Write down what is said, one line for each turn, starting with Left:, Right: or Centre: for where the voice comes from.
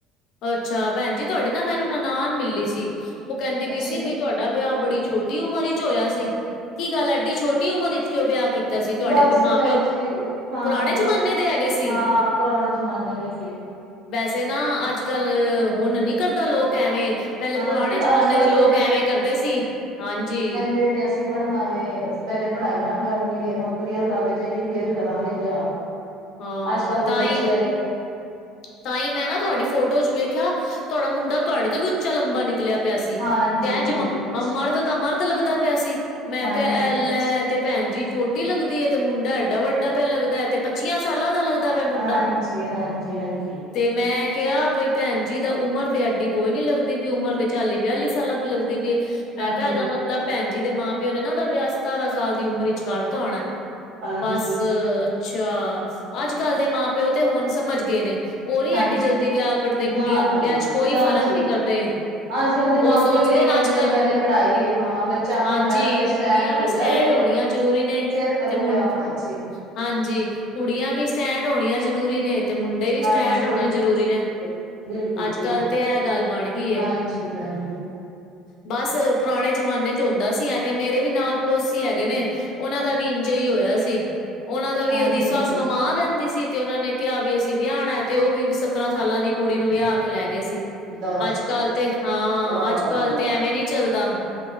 Left: ਅੱਛਾ। ਭੈਣ ਜੀ ਤੁਹਾਡੀ ਨਾ ਮੈਨੂੰ ਨਨਾਨ ਮਿਲੀ ਸੀ। ਉਹ ਕਹਿੰਦੀ ਵੀ
Right: ਅੱਛਾ
Left: ਸੀ ਵੀ। ਤੁਹਾਡਾ ਵਿਆਹ ਬੜੀ ਛੋਟੀ ਉਮਰ ਵਿਚ ਹੋਇਆ ਸੀ। ਕੀ ਗੱਲ ਐਡੀ ਛੋਟੀ ਉਮਰ ਵਿਚ ਕਿਉਂ ਵਿਆਹ ਕੀਤਾ। ਸੀ ਤੁਹਾਡੇ
Right: ਬਸ
Left: ਮਾਂ
Right: ਭੈਣ
Left: ਪਿਓ
Right: ਜੀ, ਹਾਂ।
Left: ਪੁਰਾਣੇ
Right: ਬਸ
Left: ਜਮਾਨੇ ਦੇ ਹੈਗੇ ਸੀ
Right: ਹਾਂ ਪੁਰਾਣੇ ਜਮਾਨੇ ਦੇ ਕੀ
Left: ਵੈਸੇ ਨਾ ਅੱਜ ਕੱਲ, ਹੁਣ ਨੀ ਕਰਦਾ ਲੋਕ ਐਵੇਂ। ਪਹਿਲੇ
Right: ਹਾਂਜੀ
Left: ਪੁਰਾਣੇ ਜਮਾਨੇ
Right: ਅੱਜ ਕੱਲ
Left: ਦੇ ਲੋਕ
Right: ਤੇ
Left: ਐਵੇਂ ਕਰਦੇ ਸੀ ਹਾਂਜੀ
Right: ਦੇ ਨੇ ਅਸੀਂ ਪੜ੍ਹਨਾਵੇ ਅਸੀਂ ਪਹਿਲੇ ਪੜ੍ਹਾਈਆਂ ਕਰ ਲਈਏ ਨੌਕਰੀਆਂ ਲੱਗ ਜਾਈਏ ਫੇਰ ਕਰਾਂਗੇ ਵਿਆਹ।
Left: ਹਾਂ।
Right: ਅੱਜ ਕੱਲ ਦੇ
Left: ਤਾਂਹੀ
Right: ਬੱਚੇ ਆਈ
Left: ਤਾਂ ਹੀ ਮੈਂ ਨਾ ਤੁਹਾਡੀ ਫੋਟੋ ਚ ਵੇਖਿਆ। ਤੁਹਾਡਾ ਮੁੰਡਾ, ਤੁਹਾਡੇ ਤੋਂ ਵੀ ਉੱਚਾ- ਲੰਬਾ ਨਿਕਲਿਆ। ਪਿਆ ਸੀ।
Right: ਹਾਂਜੀ
Left: ਤੇ ਇਂਝ
Right: ਹਾਂਜੀ
Left: ਮ
Right: ਹਾਂਜੀ
Left: ਮਰਦ ਤਾਂ ਮਰਦ ਲੱਗਦਾ ਪਿਆ ਸੀ। ਮੈਂ
Right: ਹਾਂਜੀ
Left: ਕਿਹਾਿਆ ਲੈ। ਤੇ ਭੈਣ ਜੀ ਛੋਟੀ ਲੱਗਦੀ ਹੈ। ਤੇ ਮੁੰਡਾ ਐਡਾ ਵੱਡਾ ਪ ਲੱਗਦਾ ਤੇ ਪੱਚੀਆਂ ਸਾਲਾਂ ਦਾ ਲੱਗਦਾ। ਪਿਆ ਮੁੰਡਾ
Right: ਹਾਂਜੀ -ਹਾਂਜੀ -ਹਾਂਜੀ।
Left: ਤੇ ਮੈਂ ਕਿਹਾ ਬਈ ਭੈਣ ਜੀ ਦਾ ਉਮਰ ਤੇ ਐਡੀ ਕੋਈ ਨੀ ਲੱਗਦੀ ਵੀ ਉਮਰ ਤੇ ਚਾਲੀ -ਬਿਆਲੀ ਸਾਲਾਂ ਵੀ ਲੱਗਦੀ ਵੀ। ਮੈਂ
Right: ਹਾਂਜੀ
Left: ਕਿਹਾਦਾ ਮਤਲਬ ਭੈਣ ਜੀ ਦੇ ਮਾਂ- ਪਿਓ ਨੇ ਨਾ ਉਹਦਾ ਵਿਆਹ ਸਤਾਰਾਂ ਸਾਲ ਦੀ ਉਮਰ ਵਿੱਚ ਕਰਤਾ ਆਉਣਾ।
Right: ਹਾਂਜੀ
Left: ਬਸ, ਅੱਛਾ। ਅੱਜ ਕੱਲ ਦੇ ਮਾਂ -ਪਿਓ ਤੇ ਹੁਣ ਸਮਝ ਗਏ ਨੇ। ਉਹ ਨੀ
Right: ਹਾਂਜੀ
Left: ਐਡੀ ਜਲਦੀ ਵਿਆਹ ਕਰਦੇ ਕੁੁੰਡੀਆਂ-
Right: ਨਾ
Left: ਮੁੰਡਿਆਂ
Right: ਨਾ
Left: ਚ
Right: ਨਾ
Left: ਕੋਈ
Right: ਨਾ
Left: ਫਰਕ
Right: ਜੀ
Left: ਨਹੀਂ ਕਰਦੇ।
Right: ਅੱਜ ਕੱਲ ਦੇ
Left: ਉਹ
Right: ਮਾਂ
Left: ਸੋਚਦੇ
Right: -ਪਿਓ ਵੀ ਇਹੀ ਕਹਿੰਦੇ
Left: ਅੱਜ
Right: ਨੇ।
Left: ਕੱਲ
Right: ਪਹਿਲੇ ਪੜ੍ਹਾਈ ਏ ਹਾਂ। ਬੱਚਾ ਆਪਣੇ
Left: ਹਾਂਜੀ
Right: ਪੈਰਾਂ ਤੇ
Left: ਵੀ
Right: ਸਟੈਂਡ
Left: ਕੁੜੀਆਂ ਵੀ
Right: ਹੋ
Left: ਸਟੈਂਡ
Right: ਜਾਵੇ
Left: ਹੋਣੀਆਂ ਜ਼ਰੂਰੀ ਨੇ।
Right: ਫੇਰ ਕਰੋ
Left: ਤੇ ਮੁੰਡ
Right: ਵਿਆਹ ਹਾਂਜੀ
Left: ਹਾਂਜੀ। ਕੁੜੀਆਂ ਵੀ ਸਟੈਂਡ ਹੋਣੀਆਂ ਜ਼ਰੂਰੀ ਨੇ। ਤੇ ਮੁੰਡੇ ਵੀ
Right: ਹਾਂਜੀ
Left: ਸਟੈਂਡ ਹੋਣਾ
Right: ਬਿਲਕੁਲ
Left: ਜਰੂਰੀ
Right: ਜੀ
Left: ਨੇ।
Right: ਬਿਲਕੁਲ ਬਿਲਕੁਲ
Left: ਅੱਜ
Right: ਬਿਲਕੁਲ
Left: ਕੱਲ ਤੇ ਇਹ ਗੱਲ ਬਣ ਗਈ।
Right: ਹਾਂਜੀ ਹਾਂਜੀ
Left: ਬਸ, ਪੁਰਾਣੇ ਜਮਾਨੇ ਚ ਹੁੰਦਾ ਸੀ। ਐਵੇਂ ਮੇਰੇ ਵੀ ਨਾਲ ਪੜੋਸੀ ਹੈਗੇ ਨੇ। ਉਹਨਾਂ ਦਾ ਵੀ ਇੰਜ ਹੀ ਹੋਇਆ ਸੀ। ਉਹਨਾਂ ਦਾ ਵੀ
Right: ਹਾਂਜੀ ਹਾਂਜੀ
Left: ਮ ਰਹਿੰਦੀ ਸੀ। ਤੇ ਉਹਨਾਂ ਨੇ ਕਿਹਾ ਵੀ ਅਸੀਂ ਵਿਆਹਣਾ। ਤੇ ਉਹ ਵੀ ਸਤਰਾਂ ਸਾਲਾਂ ਦੀ ਕੁੜੀ ਨੂੰ ਵਿਆਹ ਕੇ ਲੈ ਗਏ ਸੀ।
Right: ਦੱਸ
Left: ਅੱਜ ਕੱਲ ਤੇ ਹਾਂ।
Right: ਵਾਹ
Left: ਅੱਜ ਕੱਲ ਤੇ ਐਵੇਂ ਨੀ ਚੱਲਦਾ।